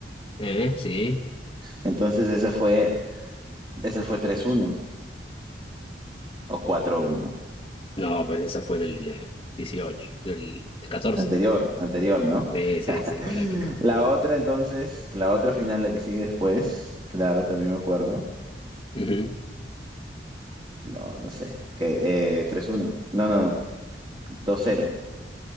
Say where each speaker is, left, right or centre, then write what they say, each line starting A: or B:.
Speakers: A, on the left; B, on the right.
A: ¿Eh? Sí.
B: entonces esa fue, esa fue tres uno o cuatro uno
A: No, pues esa fue del eh, 18, del, del 14.
B: Anterior, anterior, ¿no?
A: Sí,
B: <laughs>
A: sí, sí, fue la del catorce
B: La otra entonces, la otra final, la que sigue después, claro, también me acuerdo.
A: Ujú.
B: No, no sé. Que, eh, 3-1. No, no, no. dos cero